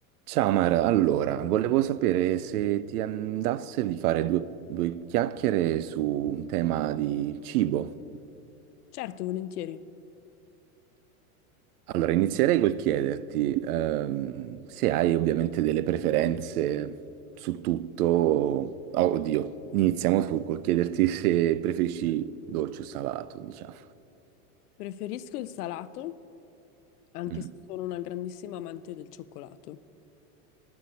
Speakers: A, on the right; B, on the left.
A: Ciao Mara, allora, volevo sapere se ti andasse di fare due, due chiacchiere su un tema di cibo.
B: Certo, volentieri.
A: Allora, inizierei col chiederti ehm, se hai ovviamente delle preferenze su tutto. Oh, oddio, iniziamo su- col chiederti se preferisci dolce o salato, diciamo.
B: Preferisco il salato, anche
A: Mm.
B: se sono una grandissima amante del cioccolato.